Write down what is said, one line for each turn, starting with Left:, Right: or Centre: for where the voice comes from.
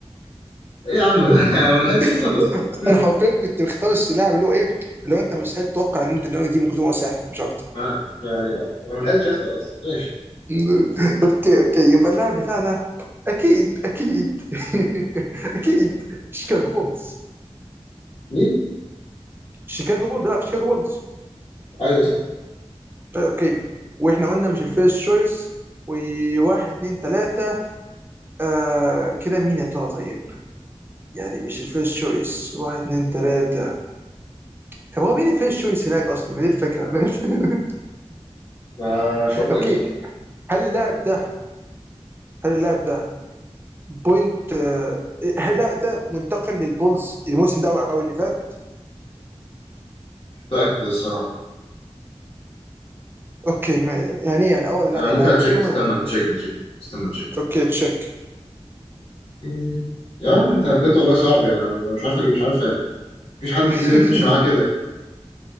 Left: ايه يا عم ده <laughs> انا ما لحقتش
Right: <laughs>
Left: اسال اصلا
Right: <applause>
Left: <laughs>
Right: انا حرفيا كنت مختار اللاعب اللي هو ايه اللي هو انت مستحيل تتوقع ان انت ان هو يجيب من كتر ما هو سهل مش اكتر
Left: ما يعني اه انا ما لحقتش اسال اصلا ماشي
Right: <laughs> <applause> اوكي اوكي يبقى اللاعب بتاعنا اكيد اكيد <laughs> <applause> اكيد شيكاغو بولز
Left: مين
Right: شيكاغو بولز بيلعب في شيكاغو بولز
Left: ايوه صح
Right: اوكي واحنا قلنا مش الفيرست شويس وواحد اتنين تلاته آه كده مين يا ترى طيب؟ يعني مش الفيرست تشويس واحد اتنين تلاتة طب هو مين الفيرست تشويس هناك أصلا ما دي الفكرة <laughs> مين الف-
Left: ما مش هقول
Right: أوكي
Left: لك بقى
Right: هل اللاعب ده هل اللاعب ده بوينت آه، هل اللاعب ده منتقل للبولز الموسم ده أو اللي فات؟
Left: متاكد الصراحه
Right: أوكي ما يعني إيه يعني أه ولا لا
Left: آه
Right: يعني
Left: ممكن
Right: أنا
Left: اتشيك
Right: هكمل
Left: استنى
Right: ولا ما أكملش؟
Left: اتشيك اتشيك استنى اتشيك
Right: أوكي تشيك
Left: مم. يا عم انت بجد والله صعب يعني انا مش عارف مش عارف مفيش حد في
Right: <laughs>
Left: الدنيا بتمشي معاه كده